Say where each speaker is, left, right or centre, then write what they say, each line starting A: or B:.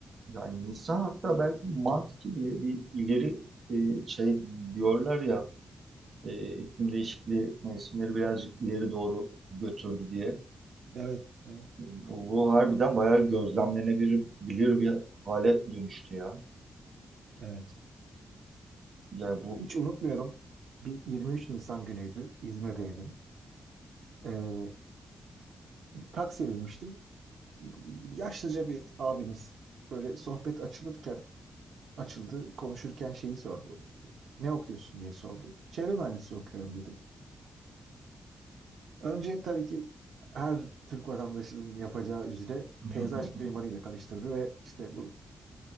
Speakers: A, on the right; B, on the right.
A: yani Nisan hatta belki Mart gibi bir ileri e, şey diyorlar ya e, iklim değişikliği mevsimleri birazcık ileri doğru götürdü diye.
B: Evet, evet,
A: Bu, bu harbiden bayağı gözlemlenebilir bilir bir hale dönüştü ya.
B: evet.
A: Yani bu
B: Hiç unutmuyorum. Bir 23 Nisan günüydü. İzmir'deydim. Ee, taksiye binmiştim. Yaşlıca bir abimiz böyle sohbet açılırken açıldı. Konuşurken şeyi sordu. Ne okuyorsun diye sordu. Çevre mühendisliği okuyorum dedim. Önce tabii ki her Türk vatandaşının yapacağı üzere
A: <laughs>
B: peyzaj mimarıyla karıştırdı ve işte bu